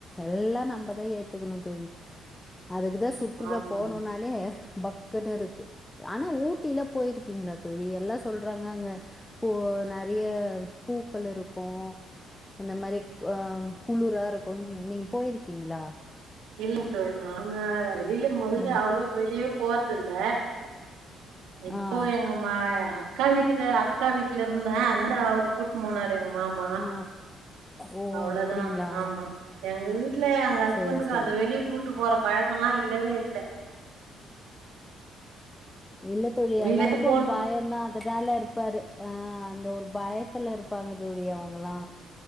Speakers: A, on the left; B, on the right.
A: எல்லா நம்பதா ஏத்துக்கணும் தோழி அதுக்குதா சுற்றுலா
B: ஆமாமா
A: போனும்னாலே பக்குன்னு இருக்கு ஆனா ஊட்டிலா போயிருக்கீங்களா தோழி எல்லா சொல்றாங்க அங்க ப்போ நெறைய பூக்கள் இருக்கு அந்த மாரி ஆ குளுரா இருக்கும் நீங்க போயிருக்கீங்களா
B: இல்லங்க தோழி நானு வெளில முதல்ல
A: ம்.
B: அவ்ளோவா வெளிய போறதுல்ல இப்போ
A: ஆ.
B: எங்கமா அக்கா வீட்டுக்கு அக்கா வீட்ல இருந்தே அதனால அவரு கூட்டு போனாரு எங்க மாமா
A: ஆ ஓ ஓ
B: அவ்ளோதா
A: அப்டிங்களா
B: ஆமா எங்க வீட்ல எங்க ஹஸ்பண்டுக்கு
A: சேர் சேர்
B: அந்த வெளிய கூட்டு போற பழக்கலா இல்லவே இல்ல
A: இல்ல தோழி
B: வீட்லருந்து
A: எல்லாருக்கு
B: ஃபோன்
A: ஒரு பயந்தா அதனால இருப்பாரு ஆ அந்த ஒரு பயத்துல இருப் ப்பாங்க தோழி அவங்கலா